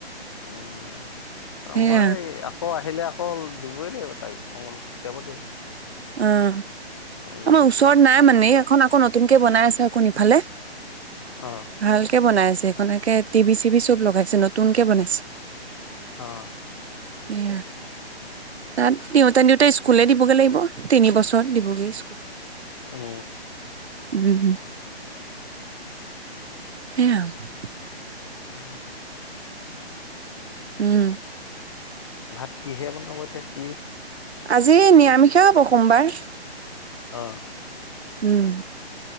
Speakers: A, on the left; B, on the right.
A: উম, '
B: সেয়া
A: মই আকৌ আহি, আহিলে আকৌ দিবই লাগিব তাক অলপ যাব লাগিব।
B: উম,
A: অংগনবাড়ী
B: আমাৰ ওচৰত নাই মানে এখন আকৌ ন, ' নতুনকে বনাই আছে আকোন ইফালে।
A: অ
B: ভালকে বনাই আছে। হেনেকে টিভি- চিবি চব লগাইছে নতুনকে বনাইছে।
A: অহ্
B: এয়া তাত, দিওঁতে নিওঁতে স্কুলে দিবগৈ লাগিব। তিনি বছৰত দিবগে স্কুল।
A: উম
B: উমম্, সেয়া আৰু,
A: উম',
B: উম, '
A: ভাত কিহে বনাব এতিয়া কি?
B: আজি নিৰামিষ এ, হব সোমবাৰ।
A: হ',
B: উম',